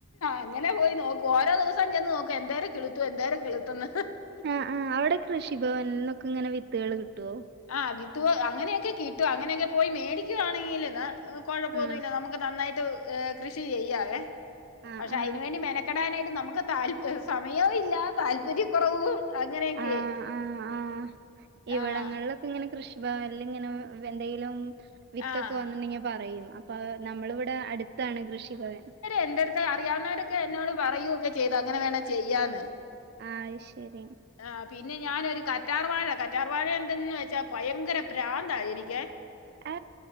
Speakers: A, on the left; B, on the right.
A: അങ്ങനെ പോയി നോക്കും. ഓരോ ദിവസം ചെന്ന് നോക്കും എന്തേരം കിളിത്തു എന്തേരം കിളിത്തെന്ന്
B: ആഹ് ആഹ് അവിടെ കൃഷിഭവനിന്നൊക്കെ ഇങ്ങനെ വിത്തുകള് കിട്ടുവോ
A: ആഹ് വിത്ത് അങ്ങനെയൊക്കെ കിട്ടും അങ്ങനെയൊക്കെ പോയി മേടിക്കുയാണെങ്കിൽ എന്നാ കൊഴപ്പമൊന്നുമില്ല
B: ആ
A: നമു ക്ക് നന്നായിട്ട് കൃഷി ചെയ്യാവെ,
B: ആ
A: പക്ഷെ
B: ആ
A: അതിന് വേണ്ടി മെന ക്കെടാനായിട്ടും നമുക്ക് താല്പ സമയവും ഇല്ല താല്പര്യ കുറവും അങ്ങനെയൊക്കെ
B: ആ ആ ആ ഇവിടങ്ങളിലൊക്കെ
A: ആഹ്
B: ഇങ്ങനെ കൃഷി ഭവനിൽ ഇങ്ങനെ എന്തെലും വിത്തൊക്കെ
A: ആഹ്
B: വന്നിട്ടുണ്ടെങ്കിൽ പറയും അപ്പൊ നമ്മളിവിടെ അടുത്താണ് കൃഷി ഭവൻ
A: എന്റെ അടുത്ത് അറിയാവുന്നവരൊക്കെ എന്നോട് പറയുവൊക്കെ ചെയ്തു അങ്ങനെ വേണെ ചെയ്യാന്ന്
B: ആയ് ശെരി
A: ആഹ് പിന്നെ ഞാനൊരു കറ്റാർവാഴ കറ്റാർവാഴ എന്തന്ന് വെച്ചാ ഭയങ്കര പ്രാന്തായി എനിക്ക്
B: ഏ